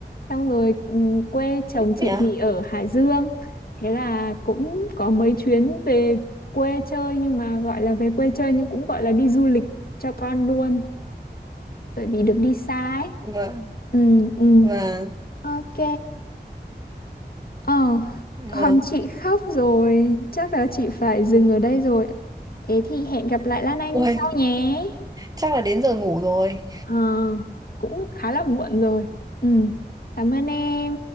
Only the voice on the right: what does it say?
thế nhỉ? <laughs>
Vâng,
vâng,
vâng.
Ui,
chắc là đến giờ ngủ rồi.